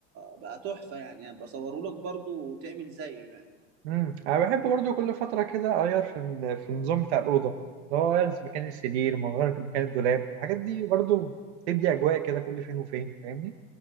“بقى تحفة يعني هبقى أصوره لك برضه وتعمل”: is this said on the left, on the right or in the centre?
Right